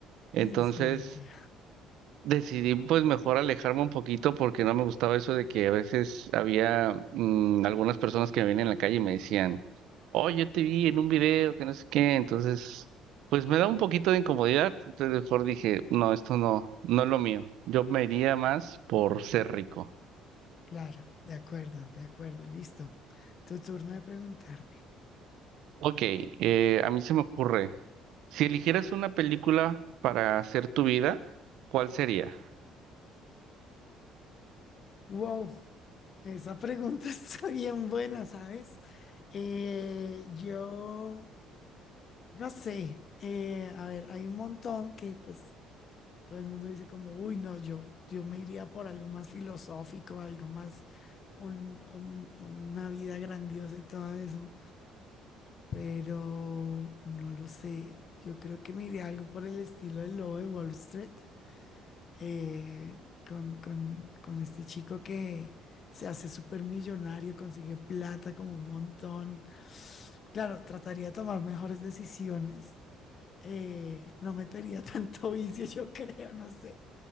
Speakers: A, on the left; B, on the right.
A: En
B: Entonces
A: serio.
B: decidí pues mejor alejarme un poquito porque no me gustaba eso de que a veces había mm, algunas personas que me venían en la calle y me decían, oh yo te vi en un video, que no sé qué. Entonces, pues me da un poquito de incomodidad. Entonces mejor dije, no, esto no, no es lo mío. Yo me iría más por ser rico.
A: Claro, de acuerdo, de acuerdo. Listo. Tu turno de preguntarme.
B: Ok, eh, a mí se me ocurre, si eligieras una película para hacer tu vida, ¿cuál sería?
A: Wow, esa pregunta <laughs> está bien buena, ¿sabes? Eh, yo no sé, eh, a ver, hay un montón que pues Todo el mundo dice como, uy, no, yo, yo me iría por algo más filosófico, algo más, un- un- una vida grandiosa y todo eso. Pero no lo sé. Yo creo que me iría algo por el estilo del lobo de Wall Street, eh, con, con, con este chico que se hace súper millonario, consigue plata como un montón. Claro, trataría de tomar mejores decisiones eh, no metería <laughs> tanto vicio, yo creo, no sé,